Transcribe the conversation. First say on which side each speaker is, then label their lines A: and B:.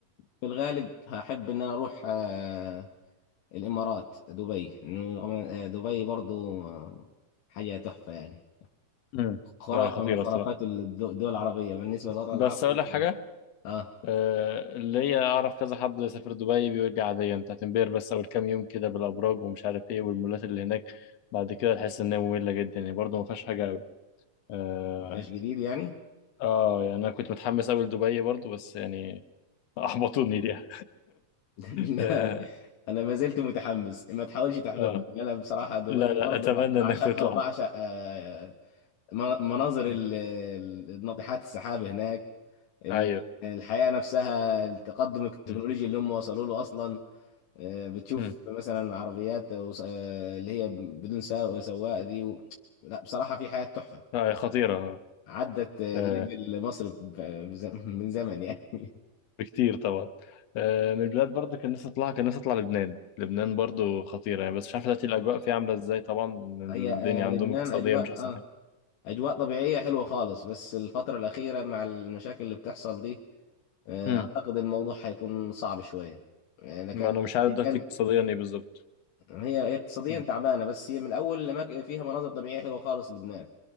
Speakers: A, on the left; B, on the left.
A: في الغالب هحب إن أنا أروح آه، الإمارات دبي إنه رغم- آه، دبي برضو آه، حاجة تحفة يعني
B: امم
A: خرافة
B: لا، خطيره
A: من خرافات
B: الصراحه
A: الدو- الدول العربية بالنسبة للوطن
B: بس
A: العربي
B: اقول لك حاجه
A: آه
B: آه، اللي هي اعرف كذا حد سافر دبي بيرجع عاديا انت هتنبهر بس اول كام يوم كده بالابراج ومش عارف ايه والمولات اللي هناك بعد كده تحس انها ممله جدا يعني برضه ما فيهاش حاجه قوي اه
A: ما فيهاش جديد يعني
B: آه، يعني انا كنت متحمس قوي لدبي برضه بس يعني احبطوني دي <laughs>
A: <laughs> لا،
B: اه
A: أنا ما زلت متحمس ما تحاولش تحبطني
B: آه.
A: أنا بصراحة دبي
B: لا لا
A: برضو
B: اتمنى
A: ب- بعشقها
B: انك تطلع
A: وبعشق آه، من- مناظر
B: م.
A: ال- ال- ناطحات السحاب هناك ال-
B: ايوه
A: الحياة نفسها التقدم التكنولوجي
B: مم.
A: اللي هم وصلوا له أصلا آه، بتشوف
B: مم.
A: مثلا عربيات وص- آه، اللي هي بدون سائق وسواق دي و... لا بصراحة في حياة تحفة
B: لا، خطيره
A: عدت آه،
B: آه.
A: ليفل مصر ب- بز- من زمن يعني <laughs>
B: بكتير طبعا آه، من البلاد برضو كان نفسي اطلعها كان نفسي اطلع لبنان لبنان برضو خطيرة يعني بس مش عارف دلوقتي الاجواء فيها عاملة ازاي طبعا ان
A: هي
B: الدنيا
A: آه،
B: عندهم
A: لبنان
B: اقتصادية
A: أجواء
B: مش احسن
A: آه
B: حاجة
A: أجواء طبيعية حلوة خالص بس الفترة الأخيرة مع المشاكل اللي بتحصل دي آه،
B: امم
A: أعتقد الموضوع هيكون صعب شوية يعني أنا كان
B: ما انا مش عارف دلوقتي
A: كان
B: اقتصاديا ايه بالظبط
A: هي هي اقتصاديا
B: امم
A: تعبانه بس هي من اول الاماكن فيها مناظر طبيعيه حلوه خالص لبنان